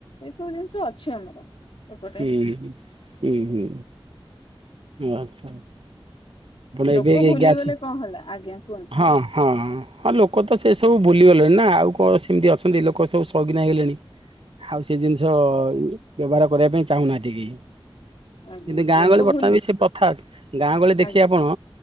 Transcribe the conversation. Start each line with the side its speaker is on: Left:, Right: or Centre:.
Left: ଏ ସବୁ ଜିନିଷ ଅଛି ଆମର। ଏପଟେ।
Right: ହୁଁ ହୁଁ ହୁଁ ଆଚ୍ଛାଛ <inaudible>
Left: ଲୋକ
Right: ଏଵେ ଏଇ
Left: ଭୁଲିଗଲେ
Right: ଗ୍ୟାସ
Left: କଣ ହେଲା ଆଜ୍ଞା କୁହନ୍ତୁ
Right: ହଁ ହଁ। ହଁ ଲୋକ ତ ସେସବୁ ଭୁଲିଗଲେଣି ନା ଆଉ କଣ ସେମିତି ଅଛନ୍ତି ଲୋକ ସବୁ ସଉଗିନା ହେଇଗଲେଣି। ଆଉ ସେ ଜିନିଷ ବ୍ୟବହାର କରିବା ପାଇଁ ଚାହୁଁନାହାନ୍ତି କେହି।
Left: ଆଜ୍ଞା
Right: କିନ୍ତୁ ଗାଁ
Left: ଲୋକ
Right: ଗହଳି ବର୍ତ୍ତମାନ
Left: ଭୁଲି
Right: ବି ସେ ପ୍ରଥା ଗାଁ ଗହଳି ଦେଖି
Left: ଆଜ୍ଞା
Right: ଏ ଆପଣ